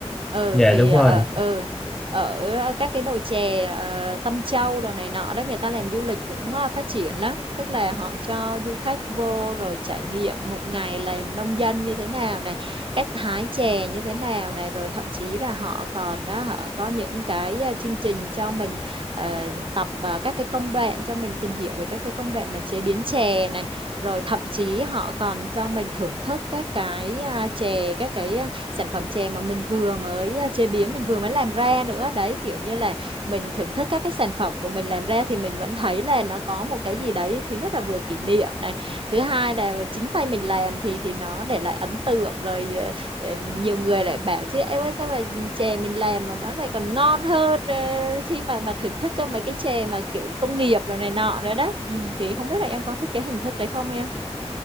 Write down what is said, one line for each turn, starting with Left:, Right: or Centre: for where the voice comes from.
Right: Ừ
Centre: dạ
Right: thì
Centre: đúng
Right: ở
Centre: rồi
Right: ừ, ở các cái đồi chè ờ, Tâm Châu đồ này nọ đấy người ta làm du lịch cũng ờ, phát triển lắm, tức là họ cho du khách vô rồi trải nghiệm một ngày làm nông dân như thế nào này, cách hái chè như thế nào này rồi thậm chí là họ còn đó họ có những cái ờ, chương trình cho mình ờ, tập ờ, các cái công đoạn cho mình tìm hiểu về các cái công đoạn mà chế biến chè này rồi thậm chí họ còn cho mình thưởng thức các cái à, chè các cái à, sản phẩm chè mà mình vừa mới à, chế biến mình vừa mới làm ra nữa đấy kiểu như là mình thưởng thức các cái sản phẩm của mình làm ra thì mình vẫn thấy là nó có một cái gì đấy thứ nhất là vừa kỷ niệm này thứ hai là chính tay mình làm thì thì nó để lại ấn tượng rồi ờ, ờ, nhiều người lại bảo chứ em ơi sao mà chè mình làm mà nó lại còn ngon hơn ờ, khi mà mà thưởng thức cơ, mấy cái chè mà kiểu công nghiệp rồi này nọ nữa đấy ừ, thì không biết là em có thích cái hình thức đấy không em